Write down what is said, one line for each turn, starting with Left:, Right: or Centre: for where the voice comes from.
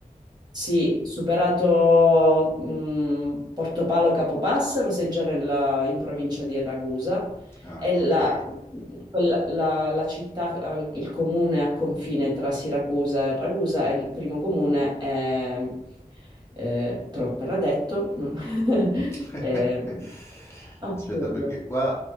Right: sì, superato mh, Portopalo Capopassero, sei già nella- in provincia di Ragusa,
Left: ah,
Right: è
Left: okay.
Right: la, quella- la- la città, eh, il comune a confine tra Siracusa e Ragusa, è il primo comune, è- eh, te l'ho appena detto, <laughs>
Left: <laughs>
Right: eh, assurdo.
Left: Aspetta perché qua